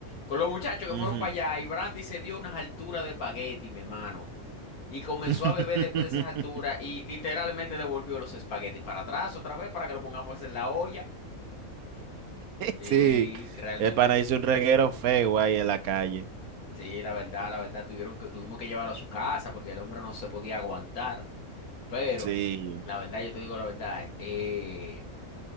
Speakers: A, on the left; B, on the right.
A: con los muchachos que
B: ujú.
A: fueron para allá, y Brandy se dio unas alturas de espagueti, mi hermano. Y comenzó
B: <laughs>
A: a beber después de esas alturas y literalmente devolvió los espaguetis para atrás otra vez para que lo pongamos en la olla. Sí,
B: Sí,
A: realmente,
B: el pana hizo un reguero feo ahí en la calle.
A: sí, la verdad, la verdad, tuvieron que, tuvimos que llevarlo a su casa porque el hombre no se podía aguantar. Pero,
B: Sí.
A: la verdad, yo te digo la verdad, eh,